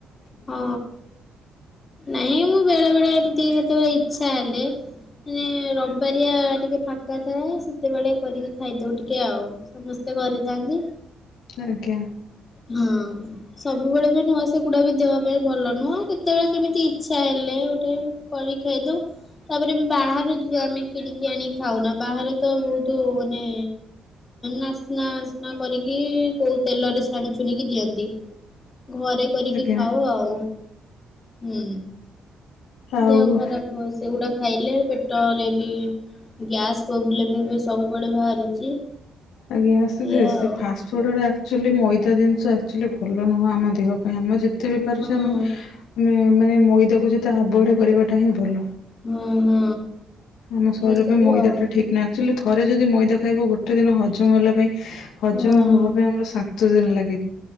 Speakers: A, on the left (about 35°); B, on the left (about 80°).
A: ହଁ ନାଇଁ ମୁଁ ବେଳେ ବେଳେ ଟିକେ କେତେବେଳେ ଇଚ୍ଛା ହେଲେ ମାନେ ରବାରିଆ ଟିକେ ଫାଙ୍କା ଥାଏ ସେତେବେଳେ କରିକି ଖାଇଦଉ ଟିକେ ଆଉ ସମସ୍ତେ ଘରେ ଥାନ୍ତି
B: ଆଜ୍ଞା
A: ହଁ ସବୁବେଳେ ବି ନୂଆ ସେଗୁଡା ବି ଦେବା ପାଇଁ ଭଲ ନୁହଁ କେତେବେଳେ କେମିତି ଇଚ୍ଛା ହେଲେ ଗୋଟେ କରିକି ଖାଇଦଉ ତାପରେ ବାହାରୁ ଆମେ କିଣିକି ଆଣି ଖାଉନା ବାହାରେ ତ ବହୁତ ମାନେ ନାସ୍ନା ଅସ୍ନା କରିକି କୋଉ ତେଲରେ ଛାଣି ଛୁଣିକି ଦିଅନ୍ତି ଘରେ କରିକି
B: ଆଜ୍ଞା
A: ଖାଉ ଆଉ ହୁଁ
B: ଆଉ
A: ଦେହ ଖରାପ ହୁଏ ସେଗୁଡାକ ଖାଇଲେ ପେଟରେ ବି ଗ୍ୟାସ ପ୍ରୋବ୍ଲେମ ଏବେ ସବୁବେଳେ ବାହାରୁଛି
B: ଆଜ୍ଞା <unintelligible>
A: ଏଇଆ
B: ସେ
A: ଆଉ
B: ଫାଷ୍ଟ ଫୁଡ୍ ଗୁଡା ଆକ୍ଚୁଆଲି ମଇଦା ଜିନିଷ ଆକ୍ଚୁଆଲି ଭଲ ନୁହେଁ ଆମ ଦେହ ପାଇଁ ଆମ ଯେତେ ଏତେ ବି ପାରୁଛେ
A: ହଁ
B: ଆମେ ଆମେ ମାନେ ମଇଦାକୁ ଯେତେ ଆଭହେଡ୍ କରିବାଟା ହିଁ ଭଲ
A: ହଁ ହଁ
B: ଆମ ଶରୀର
A: ଏଇ ସବୁ
B: ପାଇଁ ମଇଦା
A: ଆଉ
B: ଟା ଠିକ୍ ନୁହେଁ ଆକ୍ଚୁଆଲି ଥରେ ଯଦି ମଇଦା <unintelligible> ଗୋଟେ ଦିନ ଗଛମହଲ ପାଇଁ ହଜମ
A: ହଁ
B: ହବା ପାଇଁ ଆମର ସା କେତେ ଦିନ ଲାଗେ